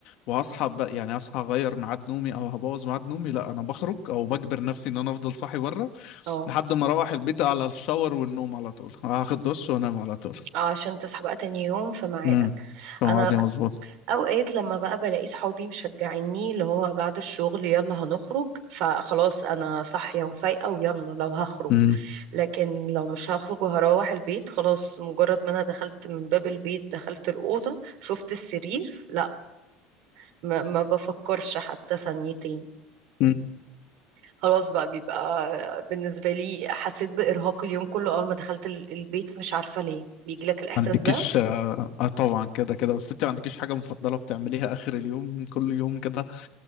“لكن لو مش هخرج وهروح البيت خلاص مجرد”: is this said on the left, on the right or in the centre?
Right